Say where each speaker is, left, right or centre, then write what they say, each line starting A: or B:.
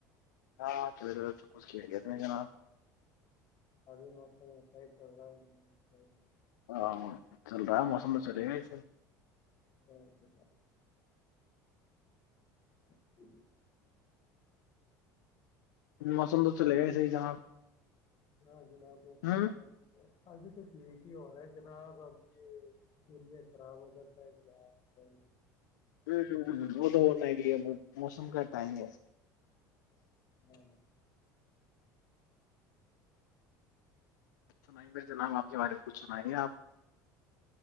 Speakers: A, on the left; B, on the left.
A: ہاں چ سب کچھ کیا گیا تو میں جناب
B: ار موسم پ چ رہ رہا
A: ہاں چل رہا ہے موسم تو چلے گاسے
B: جی جا ا
A: موسم
B: جناب
A: تو چلے گا ہی صحیح جناب
B: ہاں جناب ب
A: ہوں
B: کیا ابھی تو ٹھیک ہی ہو رہا ہے جناب ابھی یہ دن میں خراب ہو جاتا ہے جناب کہے
A: ہ وہ تو ہونا بھی ہے موسم کا ٹائم ہے
B: ہ
A: سنائیے میں جناب آپ کے بارے میں کچھ سنائیے آپ